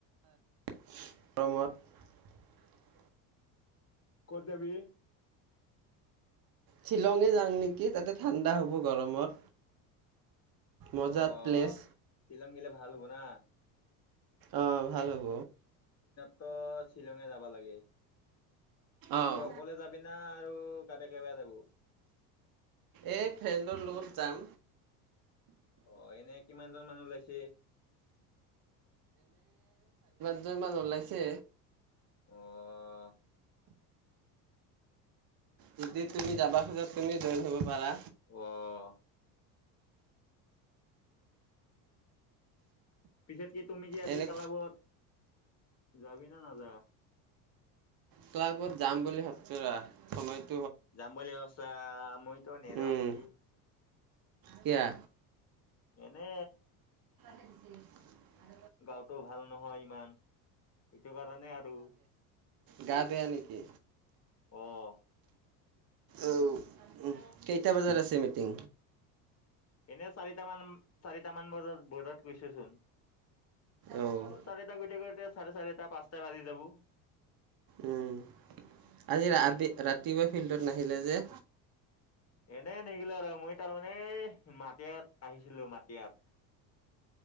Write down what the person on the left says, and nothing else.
ক'ত যাবি?
অ',
শ্বিলং গিলে ভাল হ'ব না।
ত, শ্বিলঙে যাবা লাগে।
কি, অকলে যাবি না, আৰু কাবাই- কাবাই যাব?
অহ ', এনে কিমানজন মানুহ ওলাইছে?
অহ ',
অহ, ' পিছে, কি তুমি কি আজি
ক্লাবত, যাবি না নাযা?
যাম বুলি ভাবছা। আঃ মই, - তই নেযাও
নেকি?
এনে,
গাঁওত। -টো ভাল নহয় ইমান। এইটো কাৰণে আৰু,
অহ
এনে চাৰিটামান চাৰিটামান বজাত বজাত গৈছেচোন
চাৰিটা কেতিয়া গে চাৰে চাৰেিটা পাঁচটা বাজি যাব
এনেই নেগিলো আৰু মই তাৰমানে এই মাটিয়াত আহিছিলো মাটিয়াত